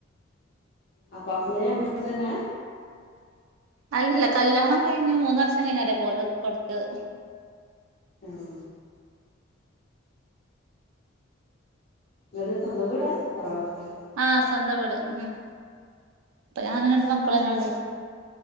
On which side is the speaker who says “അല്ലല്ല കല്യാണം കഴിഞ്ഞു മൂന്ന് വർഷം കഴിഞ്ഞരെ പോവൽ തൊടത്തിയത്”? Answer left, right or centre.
Right